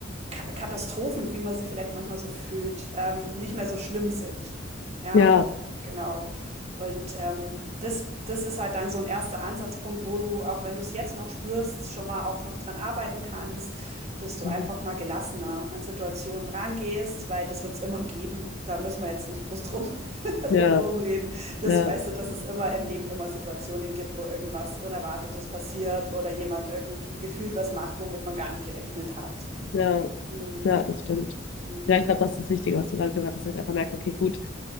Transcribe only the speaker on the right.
Ka Katastrophen, wie man sie vielleicht manchmal so fühlt, ähm, nicht mehr so schlimm sind. Ja,
genau. Und ähm, das, das ist halt dann so ein erster Ansatzpunkt, wo du, auch wenn du es jetzt noch spürst, schon mal auch noch dran arbeiten kannst, dass du einfach
mal gelassener an Situationen rangehst, weil das wird's immer geben. Da müssen wir jetzt nicht groß drum, <laughs>
drum rumreden. Das
weißt du, dass es immer im Leben immer Situationen gibt, wo irgendwas Unerwartetes passiert oder jemand irgendwie gefühlt was macht, womit man gar nicht gerechnet hat.
Mhm.
Mhm.